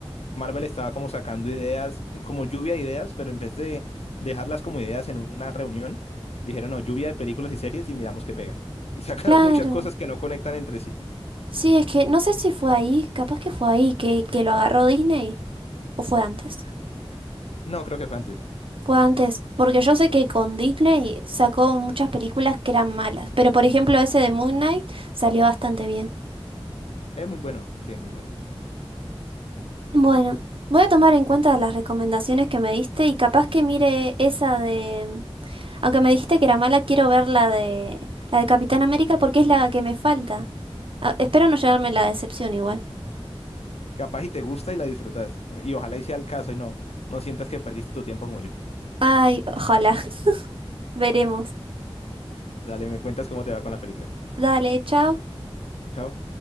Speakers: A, on the left; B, on the right.
A: Marvel estaba como sacando ideas, eh, como lluvia de ideas, pero en vez de dejarlas como ideas en una reunión, dijeron, no, lluvia de películas y series y miramos qué pega. Y <laughs> sacaron
B: claro.
A: muchas cosas que no conectan entre sí.
B: Sí, es que no sé si fue ahí, capaz que fue ahí que, que lo agarró Disney. ¿O fue antes?
A: No, creo que fue antes.
B: Fue antes, porque yo sé que con Disney sacó muchas películas que eran malas, pero por ejemplo ese de Moon Knight salió bastante bien.
A: Es muy bueno, sí, es muy bueno.
B: Bueno, voy a tomar en cuenta las recomendaciones que me diste y capaz que mire esa de... Aunque me dijiste que era mala, quiero ver la de... la de Capitán América porque es la que me falta. Ah, espero no llevarme la decepción igual.
A: Capaz y te gusta y la disfrutas. Y ojalá y sea el caso y no, no sientas que perdiste tu tiempo como yo.
B: Ay, ojalá. <laughs> Veremos.
A: Dale, me cuentas cómo te va con la película.
B: Dale, chao.
A: Chao.